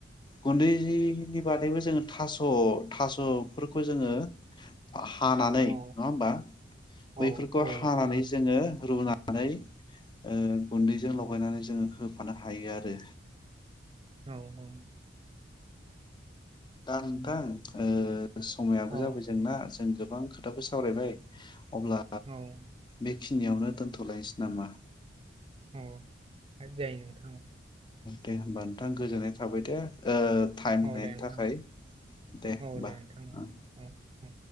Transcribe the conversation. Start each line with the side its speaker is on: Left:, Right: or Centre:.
Left: गुन्दै नि बादैबो जोङो थास' थास' फोरखौ जोङो हानानै नङा
Right: औ
Left: होनबा
Right: औ
Left: बैफोरखौ
Right: औ
Left: हानानै
Right: नोंथां औ
Left: जोङो रुनानै ओ गुन्दै जों लगायनानै जोङो होफानो हायो आरो।
Right: औ औ
Left: दा नोंथां ओ समायाबो
Right: औ
Left: जाबाय जोंना जों गो बां खोथाफोर सावरायबाय अब्ला
Right: औ
Left: बे खिनियावनो दोनथ'लायसै नामा।
Right: ओम हा जायो नोंथां औ
Left: दे होमबा नोंथां गोजोननाय थाबाय दे ओ टाइम होनायनि
Right: औ दे नोंथां
Left: थाखाय दे होनबा
Right: औ नोंथां
Left: ओं
Right: औ औ